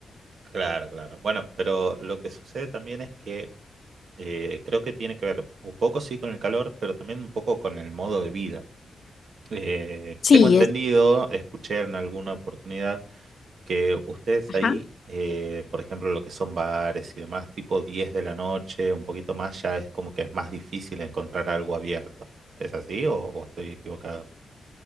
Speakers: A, on the right; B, on the left.
A: claro, claro. Bueno, pero lo que sucede también es que Eh, creo que tiene que ver un poco sí con el calor, pero también un poco con el modo de vida. Eh,
B: Sí,
A: tengo entendido,
B: es,
A: escuché en alguna oportunidad que ustedes
B: ajá.
A: ahí, eh, por ejemplo, lo que son bares y demás, tipo 10 de la noche, un poquito más, ya es como que es más difícil encontrar algo abierto. ¿Es así o, o estoy equivocado?